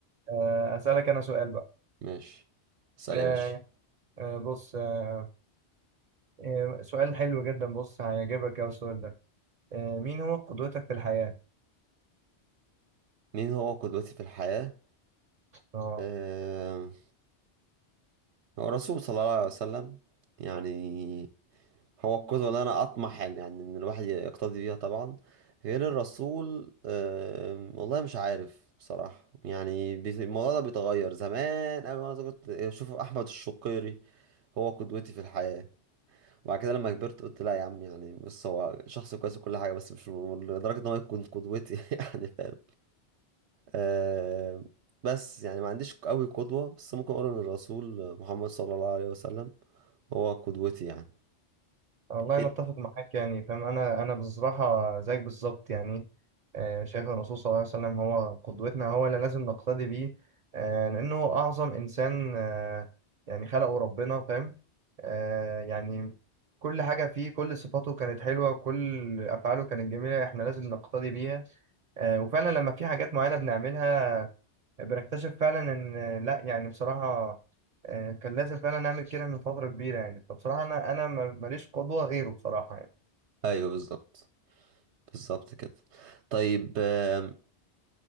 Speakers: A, on the right; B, on the right.
A: آه، أسألك أنا سؤال بقى
B: ماشي اسأل
A: آه،
B: يا باشا
A: آه، بص آه، آه، سؤال حلو جدا بص هيعجبك أوي السؤال ده آه، مين هو قدوتك في الحياة؟
B: مين هو قدوتي في الحياة
A: اه
B: آه هو الرسول صلى الله عليه وسلم يعني هو القدوة اللي أنا أطمح يعني يعني إن الواحد يقتدي بيها طبعا غير الرسول آم، والله مش عارف بصراحة يعني بيت- الموضوع ده بيتغير زمان أوي وأنا صغير كنت أشوف أحمد الشقيري هو قدوتي في الحياة وبعد كده لما كبرت قلت لا يا عم يعني بص هو شخص كويس وكل حاجة بس مش م- لدرجة إن هو يكون قدوتي <laughs> يعني فاهم آم، بس يعني ما عنديش قوي قدوة بس ممكن أقول إن الرسول محمد صلى الله عليه وسلم هو قدوتي يعني
A: والله أنا
B: إنت-
A: أتفق معاك يعني فاهم أنا أنا بصراحة زيك بالظبط يعني آه، شايف الرسول صلى الله عليه وسلم هو قدوتنا هو اللي لازم نقتدي بيه آه، لأنه هو أعظم إنسان آه، يعني خلقه ربنا فاهم آه، يعني كل حاجة فيه كل صفاته كانت حلوة كل أفعاله كانت جميلة إحنا لازم نقتدي بيها آه، وفعلا لما في حاجات معينة بنعملها بنكتشف فعلا ان لا يعني بصراحة آه، كان لازم فعلا نعمل كده من فترة كبيرة يعني فبصراحة انا انا ما- ماليش قدوة غيره بصراحة يعني
B: ايوه بالظبط بالظبط كده طيب آم،